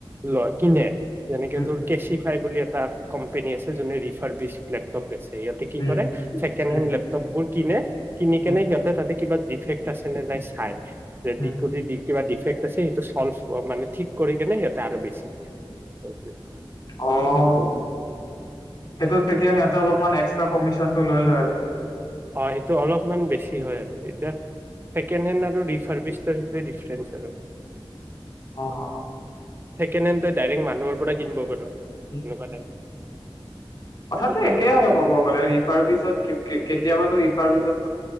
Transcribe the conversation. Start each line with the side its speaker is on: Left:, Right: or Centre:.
Right: লয়-কিনে। যেনেকে
Left: উম
Right: তোৰ কেঁচিফাই বুলি এটা কম্পেনী আছে যোনে ৰিফাৰ্বিজ লেপটপ বেচে ইহতে কি
Left: উম
Right: কৰে ছেকেণ্ডহেণ্ড
Left: উম
Right: লেপ- বোৰ কিনে, কিনি কেনে
Left: উম
Right: সিহঁতে তাতে কিবা দিফেক- <unintelligible> খাই, <unintelligible>
Left: উম
Right: কিবা ডিফেক্ট আছে সেইটো চল্ভ মানে ঠিক কৰি কেনে সিহঁতে আৰু বেছিদিয়ে, সেইটোৱে।
Left: অ'। সেটোত তেতিয়া সিহঁতে অলপমান এক্সট্ৰা কমিচন টো, লৈ লয় আৰু।
Right: হয় এইটো অলপমান বেছি হয় আৰু এতিয়া ছেকেণ্ডহেণ্ড আৰু ৰিফাৰভিচৰ সেইটোৱে ডিফাৰেঞ্চ আৰু।
Left: অ, অ।
Right: ছেকেণ্ডহেণ্ড টো ডাইৰেক্ট মানুহৰ পৰা কিনিব পাৰ।
Left: উম
Right: এনেকুৱা টাইপ
Left: কথাটো
Right: দোকানৰ
Left: একে
Right: পৰা
Left: হয়
Right: কিন
Left: ক'ব গলে ৰিফাৰভিচত কে-কেতিয়াবাটো ৰি চাৰ্ভিছত।